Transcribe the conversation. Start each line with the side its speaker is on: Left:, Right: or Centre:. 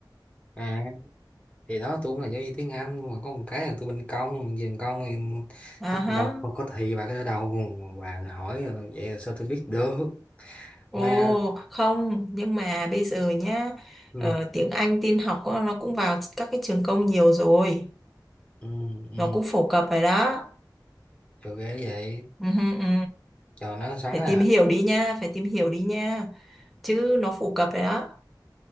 Left: À thì đó tôi cũng là giáo viên tiếng Anh mà có một cái là tôi bên công về bên công thì
Centre: À
Left: nó
Centre: hả?
Left: đâu có, có thị bà cái đó đâu bà là hỏi rồi, vậy là sao tôi biết được
Centre: Ồ,
Left: mà
Centre: không, nhưng mà bây giờ nhá,
Left: ừ
Centre: ờ, tiếng Anh tin học á, nó cũng vào các cái trường công nhiều rồi,
Left: ừ ừ
Centre: nó cũng phổ cập rồi đó.
Left: trời ghê vậy
Centre: Ừ, hừ, ừ.
Left: trời nó xoắn
Centre: Phải
Left: à
Centre: tìm hiểu đi nha, phải tìm hiểu đi nha, chứ nó phổ cập rồi đó.